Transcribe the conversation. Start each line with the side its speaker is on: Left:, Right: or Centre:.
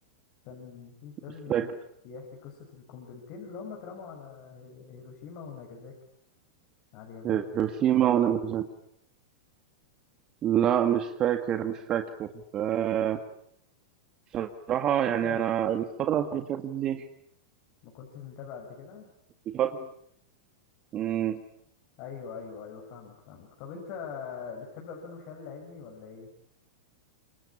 Left: كان في فيلم
Right: مش فاكر
Left: كده بيحكي قصة القنبلتين اللي هما اترموا على هي- هيروشيما وناجازاكي على اليابان
Right: هيروشيما وناجازاكي لا مش فاكر مش فاكر آه، بصراحة
Left: طب انت
Right: يعني أنا الفترة اللي فاتت دي
Left: ما كنتش متابع قد كده
Right: الفترة مم،
Left: ايوه ايوه ايوه فاهمك فاهمك طب انت بتحب افلام الخيال العلمي ولا ايه